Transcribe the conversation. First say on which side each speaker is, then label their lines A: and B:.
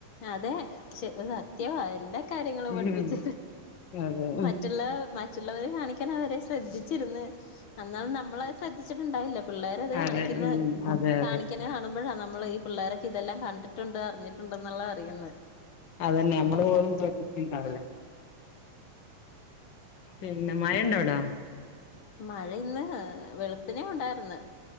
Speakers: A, on the left; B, on the left.
A: അതെ ഷെ സത്യവാ എല്ലാ കാര്യങ്ങളും പഠിപ്പിച്ച്
B: ഉം അതെ ഉം
A: മറ്റുള്ള മാ മറ്റുള്ളവരും കാണിക്കാണ അവരെ ശ്രദ്ധിച്ചിരുന്ന് എന്നാലും നമ്മളത് ശ്രദ്ധിച്ചിട്ടുണ്ടാവില്ല പിള്ളേര് അത്
B: അതെ
A: കാണിക്കുന്ന
B: ഉം അതെ
A: കാണിക്കണ
B: അതെ
A: കാണു മ്പഴ നമ്മൾ ഈ പിള്ളേരൊക്ക ഇതെല്ലാം കണ്ടിട്ടുണ്ട് അറിഞ്ഞിട്ടുണ്ട് എന്നുള്ള അറിയുന്ന
B: അതന്നെ ഞമ്മള് പോലും ശ്രദ്ധിച്ച്ണ്ടാവുല്ല പിന്നെ മഴണ്ടോവ്ടാ
A: മഴ ഇന്ന് വെളുപ്പിനെ ഉണ്ടായിർന്ന്